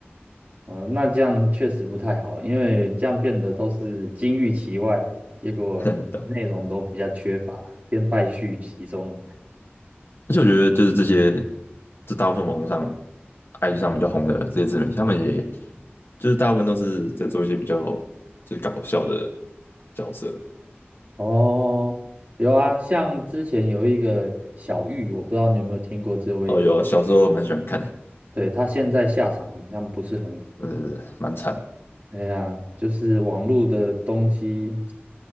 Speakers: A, on the right; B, on the left.
A: 哦，那这样确实不太好，因为这样变得都是金玉其外，结果内容都比较缺乏，
B: <laughs> 呵呵，对啊
A: 变败絮其中。
B: 而且我觉得就是这些，这大部分网络上、IG 上比较红的这些自媒体，他们也就是大部分都是在做一些比较就是搞笑的角色。
A: 哦，有啊，像之前有一个小玉，我不知道你有没有听过这位，
B: 哦，有啊，小时候蛮喜欢看的，
A: 对，他现在下场好像不是很好，
B: 呃，蛮惨。的。
A: 哎呀，就是网络的东西